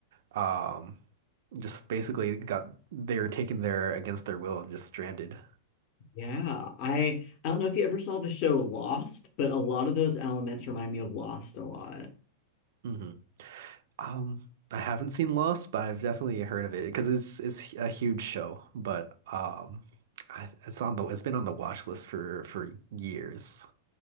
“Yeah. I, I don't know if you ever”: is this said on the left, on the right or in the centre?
Left